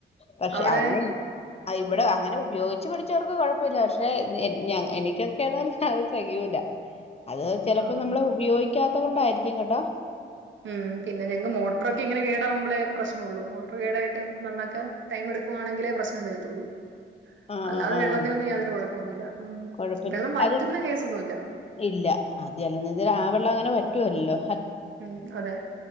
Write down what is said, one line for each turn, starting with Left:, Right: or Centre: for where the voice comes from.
Left: പക്ഷെ
Right: അവിടെ
Left: അങ്ങനെ ഇ അ ഇവിടെ
Right: ആഹ്
Left: അങ്ങനെ ഉപയോയിച്ച് പടി ച്ചർക്ക് കുഴപ്പല്ല ക്ഷെ ഞ് ഞ എനിക്കൊക്കെ താണ് തെകയൂല്ല അത് ചെലപ്പോ
Right: ആഹ്
Left: നമ്മള് ഉപയോയിക്കാത് ത്തോണ്ടായിരിക്കും കേട്ടോ
Right: ഉം പിന്നെ ഞങ്ങക്ക് മോട്ടറൊക്കെ ഇങ്ങനെ കേടാവകുമ്പോഴേ പ്രശ്നള്ളൂ മോട്ടർ കേടായിട്ട് നന്നാക്കാ ടൈം എടുക്കുവാണെങ്കിലേ പ്രശ്നം വരത്തുള്ളൂ
Left: ആഹ്
Right: അല്ലാതെ
Left: ആ ആഹ്
Right: വെള്ളത്തിനൊന്നും യാതൊരു കുഴപ്പമൊന്നുമില്ല ഉം
Left: കൊഴപ്പില്ല
Right: വെള്ളം വറ്റുന്ന
Left: അത്
Right: കേസൊന്നുമില്ല
Left: ഇല്ല അത അല്ല നിതിരെ ആ വെള്ളം അങ്ങനെ വറ്റുവല്ലല്ലോ
Right: ഉം അതെ